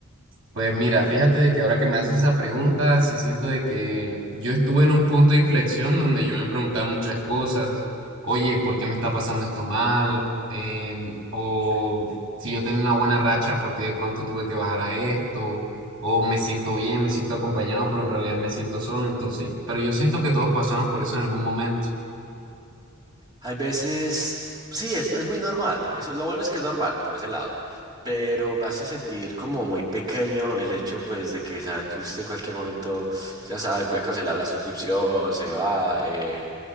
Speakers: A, on the right; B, on the right.
A: Pues mira, fíjate de que ahora que me haces esa pregunta, sí siento de que yo estuve en un punto de inflexión donde yo me preguntaba muchas cosas. Oye, ¿por qué me está pasando esto mal? Em, o si yo tenía una buena racha, ¿por qué de pronto tuve que bajar a esto? O me siento bien, me siento acompañado, pero en realidad me siento solo. Entonces, pero yo siento que todos pasamos por eso en algún momento.
B: Hay veces, sí, esto es muy normal. Eso, lo bueno es que es normal por ese lado. Pero me hace sentir como muy pequeño el hecho, pues, de que saber que usted en cualquier momento, ya sabe, puede cancelar la suscripción, se va. eh,